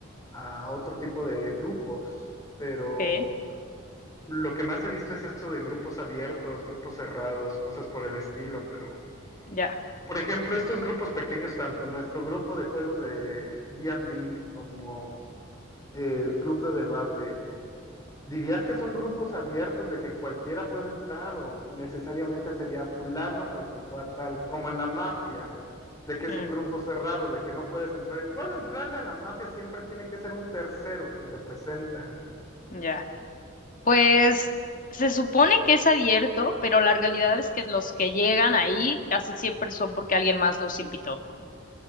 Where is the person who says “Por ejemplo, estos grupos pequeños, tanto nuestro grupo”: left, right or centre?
Left